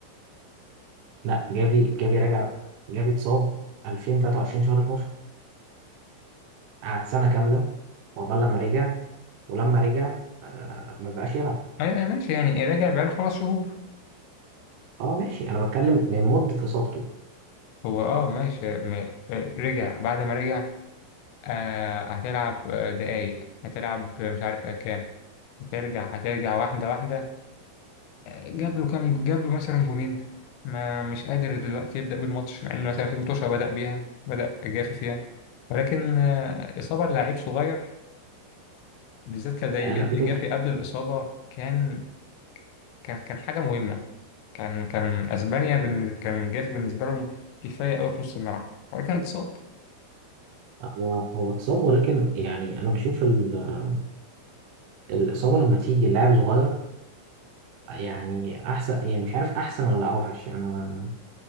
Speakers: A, on the right (about 80°); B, on the left (about 80°).
A: لا جافي جافي رجع جافي اتصاب 2023 شهر 12 قعد سنة كاملة وعقبال لما رجع ولما رجع آه، ما بقاش يلعب
B: أيوة أيوة، ماشي يعني إيه، راجع بقاله خمس شهور
A: اه ماشي انا بتكلم من مده اصابته
B: هو أه ماشي م... آه، رجع بعد ما رجع آه هتلعب آه، دقايق هتلعب آه، مش عارف آه، كام هترجع هترجع واحدة واحدة جاب له كام جاب له مثلا جونين ما مش قادر دلوقتي يبدأ بالماتش مع انه مثلا في متوشة بدأ بيها بدأ جافي فيها ولكن آه، إصابة لعيب صغير بالذات كان زي
A: آه
B: جافي
A: لا بتفرق
B: جافي قبل الإصابة كان كان كان حاجة مهمة كان كان أسبانيا بالن- كان جافي بالنسبة لهم كفاية أوي في نص الملعب ولكن اتصاب
A: هو هو اتصاب ولكن يعني انا بشوف ال- الاصابه لما تيجي اللاعب صغير يعني احسن يعني مش عارف احسن ولا اوحش انا